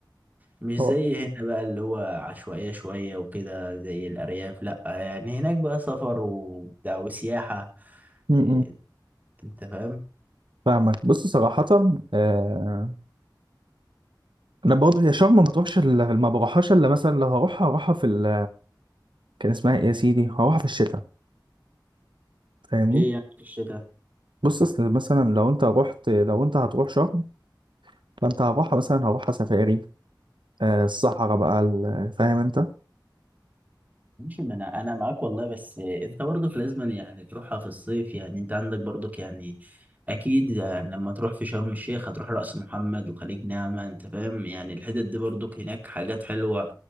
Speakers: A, on the right; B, on the right.
A: مش
B: هو
A: زي هنا بقى اللي هو عشوائية شوية وكده زي الأرياف لأ يعني هناك بقى سفر وبتاع وسياحة
B: امم
A: إيه، انت فاهم
B: فاهمك بص صراحة آه أنا برضه هي شرم ما تروحش إلا- ما بروحهاش إلا مثلا لو هروحها هروحها في ال كان اسمها إيه يا سيدي هروحها في الشتاء فاهمني
A: ليه يعني في الشتاء
B: بص أصل مثلا لو أنت رحت لو أنت هتروح شرم فأنت هروحها مثلا هروحها سفاري آه الصحراء بقى ال- فاهم أنت
A: ماشي ما انا انا معاك والله بس انت برضك لازم يعني تروحها في الصيف يعني انت عندك برضك يعني اكيد يعني لما تروح في شرم الشيخ هتروح رأس محمد وخليج نعمة انت فاهم يعني الحتت دي برضك هناك حاجات حلوة